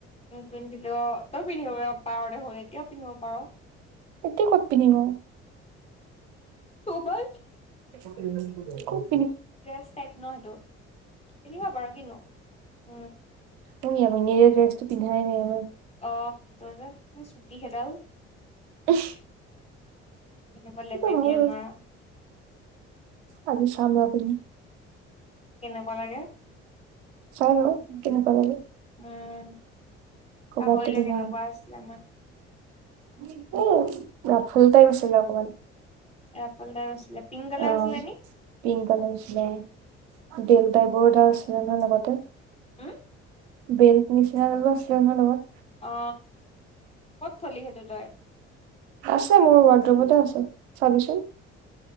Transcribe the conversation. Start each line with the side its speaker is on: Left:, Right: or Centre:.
Left: মোক পিন্ধিলো অ, তই পিন্ধিব পাৰ দেখোন এতিয়াও পিন্ধিব পাৰ।
Right: এতিয়া ক'ত পিন্ধিব?
Left: ক'ৰবাত।
Right: <unintelligible>
Left: ড্ৰেছটাইপ ন সেইটো। পন্ধিব পাৰ কিনো উম।
Right: উ ই আ মনে ড্ৰেছটো পিন্ধাই নাই আমাৰ <unintelligible>
Left: অ সেইটো যে ছুটি সেইডাল।
Right: উমহ।
Left: তেনেকুৱা লেপেটীয়া
Right: হয় বাৰু
Left: মৰা।
Right: আজি চাম বাও পিন্ধি।
Left: কেনেকুৱা লাগে।
Right: চাই ল‌ওঁ কেনেকোৱা লাগে।
Left: উম
Right: কবাতটো
Left: পাহৰিলে
Right: পিন্ধা
Left: কেনেকুৱা আছিলে আমাৰ।
Right: এ ৰাফুল টাইপ আছিলে অকমান।
Left: ৰাফল টাইপ আছিলে। পিংক কালাৰ
Right: অ
Left: আছিলে নি?
Right: পিংক কালাৰ আছিলে উম। ডেল টাইপৰ এটা আছিলে নহয় লগতে।
Left: হম?
Right: বেল্ট নিচনা ডিলো আছিল নহয় লগত।
Left: অ ক'ত থলি সেইটো তই?
Right: আছে মোৰ ৱাৰড্ৰবতে আছে। চাবিচোন।